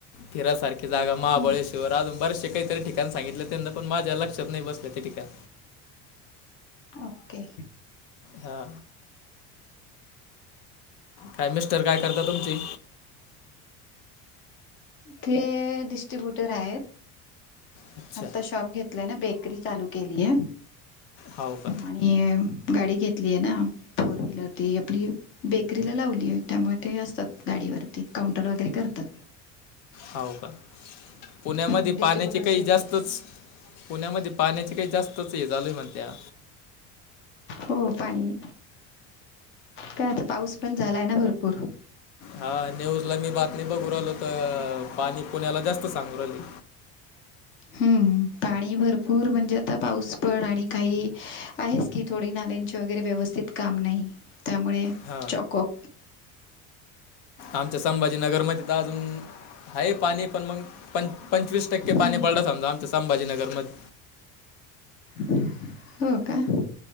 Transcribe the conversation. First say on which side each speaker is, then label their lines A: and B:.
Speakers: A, on the left (about 80°); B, on the left (about 35°).
A: फिरासारखी जागा महाबळेश्वर.
B: हं.
A: अजून बरेचसे काहीतरी ठिकाण सांगितले त्यांना पण माझ्या लक्षात नाही बसल्या ते ठिकाण.
B: ओके.
A: हा. काय मिस्टर काय करता तुमचे.
B: ते डिस्ट्रीब्यूटर आहेत.
A: अच्छा
B: आता शॉप घेतलाय ना बेकरी चालू केलीये.
A: हो का
B: आणि गाडी घेतली आहे ना. फोर व्हीलर ती आपली बेकरीला लावली आहे त्यामुळे ते असतात गाडीवर. ते काउंटर वगैरे करतात.
A: हाव का पुण्यामध्ये
B: हं डिस्ट्रीब्युटरशिप
A: पाण्याचे काही जास्तच.
B: घेतली.
A: पुण्यामध्ये पाण्याचे काही जास्तच हे झालय मण त्या
B: हो पाणी काय आता पाऊस पण झालाय ना भरपूर.
A: हा न्यूज ला मी बातमी बघू राहिलो तर पाणी पुण्याला जास्त सांगू राहिले.
B: हम्म पाणी भरपूर म्हणजे आता पाऊस पण आणि काही आहेच. की थोडी नाल्यांचे वगैरे व्यवस्थित काम नाही त्यामुळे
A: हा
B: चॉकअप.
A: आमच्या संभाजीनगरमध्ये तर अजून. हाये पाणी पण मग पं पंचवीस टक्के पाणी
B: हं.
A: पडलं समजा आमच्या संभाजीनगर मध्ये.
B: हो का.